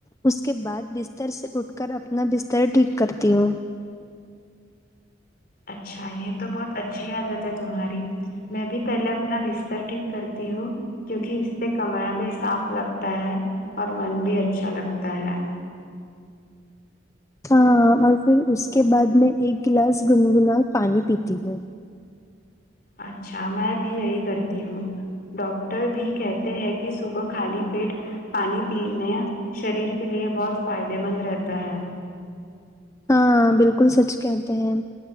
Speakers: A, on the left (about 15°); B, on the left (about 50°).
A: اس کے بعد بستر سے اٹھ کر اپنا بستر ٹھیک کرتی ہوں
B: اچھا یہ تو بہت اچھی عادت ہے تمہاری میں بھی پہلے اپنا بستر ٹھیک کرتی ہوں کیونکہ اس سے کمرہ بھی صاف لگتا ہے اور من بھی اچھا لگتا ہے
A: ہاں اور پھر اس کے بعد میں ایک گلاس گنگنا پانی پیتی ہوں
B: اچھا میں بھی یہی کرتی ہوں ڈاکٹر بھی کہتے ہیں کہ صبح خالی پیٹ پانی پینے شریر کے لیے بہت فائدے مند رہتا ہے
A: ہاں بالکل سچ کہتے ہیں